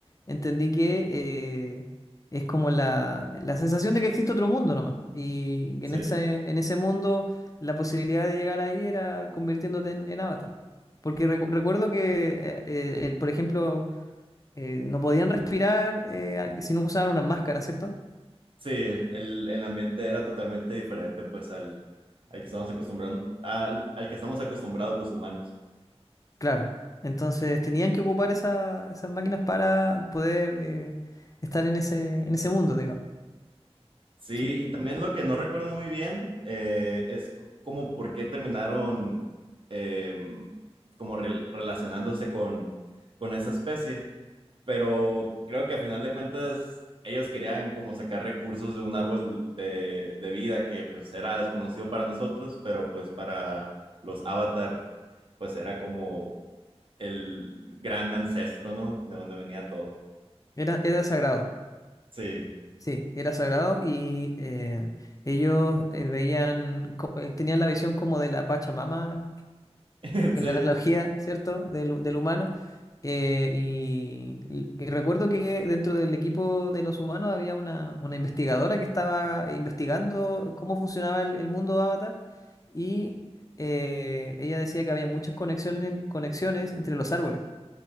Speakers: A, on the left; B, on the right.
A: entendí que eh, es como la, la sensación de que existe otro mundo nomás. Y que
B: sí.
A: en ese, en ese mundo la posibilidad de llegar ahí era convirtiéndote en, en avatar. Porque recu- recuerdo que, eh, eh, el- por ejemplo, eh, no podían respirar eh, si no usaban una máscara, ¿cierto?
B: Sí, el, el ambiente era totalmente diferente pues al, al que estamos acostumbrando, al, al que estamos acostumbrados los humanos.
A: Claro. Entonces tenían que ocupar esa- esas máquinas para poder eh, estar en ese, en ese mundo, digamos.
B: Sí,
A: Sí.
B: y también lo que no recuerdo muy bien eh, es c- como por qué terminaron eh, como rel- relacionándose con, con esa especie, pero creo que a final de cuentas ellos querían como sacar recursos de un árbol de, de vida que pues era desconocido para nosotros, pero pues para los avatar pues era como el gran ancestro, ¿no? De donde venía todo.
A: Era, era sagrado.
B: Sí,
A: Sí, era sagrado y eh, ellos eh, veían, co- eh, tenían la visión como de la Pachamama
B: <laughs>
A: en
B: sí,
A: la analogía, ¿cierto? Del, del humano. Eh, y, y- y recuerdo que dentro del equipo de los humanos había una, una investigadora que estaba investigando cómo funcionaba el, el mundo de Avatar y eh, ella decía que había muchas conexiones, en- conexiones entre los árboles